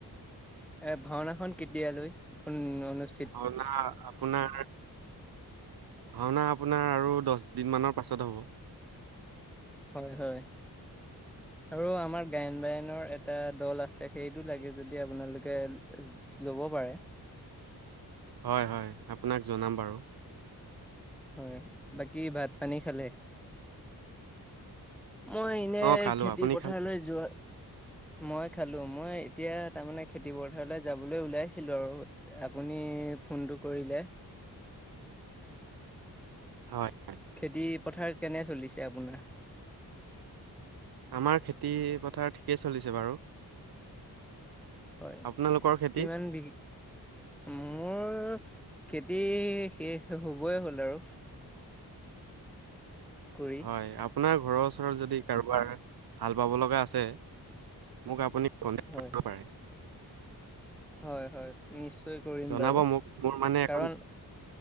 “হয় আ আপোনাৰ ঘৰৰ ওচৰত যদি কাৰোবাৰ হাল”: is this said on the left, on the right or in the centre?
Right